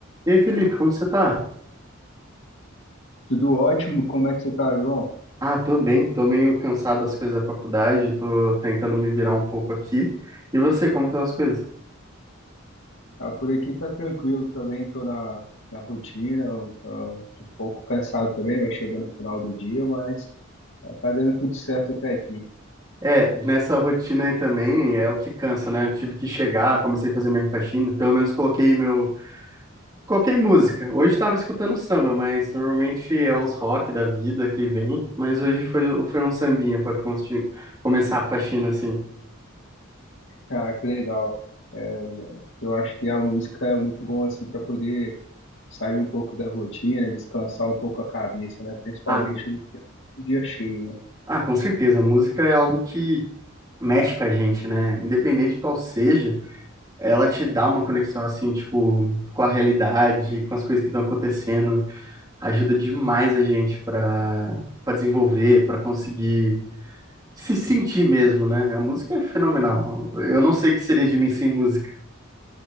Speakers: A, on the right; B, on the left.
A: E aí, Felipe, como você tá?
B: Tudo ótimo, como é que você tá, João?
A: Ah, tô bem, tô meio cansado das coisas da faculdade, tô tentando me virar um pouco aqui. E você, como estão as coisas?
B: Ah, por aqui tá tranquilo também, tô na, na rotina, eu, ah, tô um pouco cansado também, vai chegando no final do dia, mas ah, tá dando tudo certo até aqui.
A: É, nessa rotina aí também é o que cansa, né? Eu tive que chegar, comecei a fazer minha faxina, pelo menos coloquei meu. Coloquei música. Hoje tava escutando samba, mas normalmente é os rock da vida que vem, mas hoje foi, foi um sambinha pra consti- começar a faxina assim.
B: Ah, que legal. É, eu acho que a música é muito bom assim para poder sair um pouco da rotina, descansar um pouco a cabeça, né? Principalmente
A: Ah,
B: no dia cheio, né?
A: ah, com certeza, a música é algo que mexe com a gente, né? Independente de qual seja. Ela te dá uma conexão assim, tipo, com a realidade, com as coisas que estão acontecendo, ajuda demais a gente para para desenvolver, para conseguir se sentir mesmo, né? A música é fenomenal. Eu não sei o que seria de mim sem música.